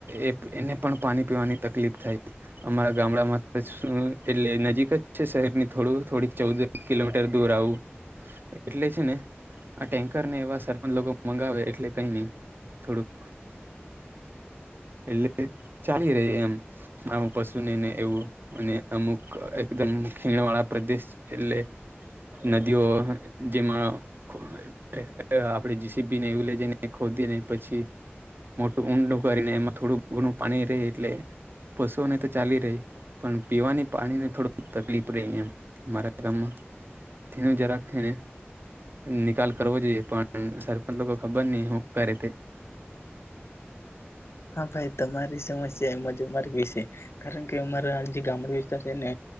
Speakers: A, on the right; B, on the left.
A: એ એને પણ પાણી પીવાની તકલીફ થાય છે. અમારા ગામડામાં તો શું એટલે નજીક જ છે શહેરની થોડું થોડીક ચૌદ કિલોમીટર દૂર આવું એટલે છે ને આ ટેન્કરને એવા સરપંચ લોકો મંગાવે એટલે કઈ નહી થોડુંક એટલે ચાલી રહે એમ. આમ પશુ નઈ ને એવું અને અમુક એકદમ ખીણવાળા પ્રદેશ એટલે નદીઓ જેમાં ક અ આપણેે જસી બીને એવું લઈ જઈને ખોદીને પછી મોટું ઊંડું કરીને એમાં થોડું ઘણું પાણી રેડે એટલે પશુઓને તો ચાલી રહી પણ પીવાની પાણી ને થોડુંક તકલીફ રહી એમ મારા ગામમાં તે જરાક થઈને નિકાલ કરવો જોઈએ પણ સરપંચ લોકો ખબર નહી હું કરે તે
B: હા ભાઈ તમારી સમસ્યા એમાં જ અમારી વિશે કારણ કે અમારા જે ગામડા વિસ્તાર છે ને